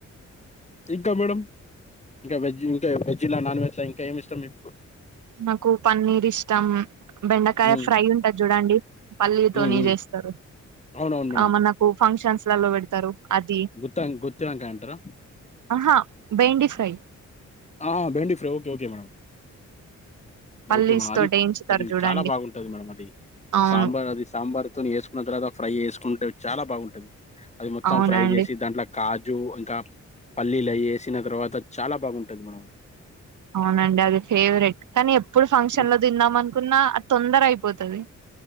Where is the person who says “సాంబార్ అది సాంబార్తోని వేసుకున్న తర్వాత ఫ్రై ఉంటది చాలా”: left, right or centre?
Left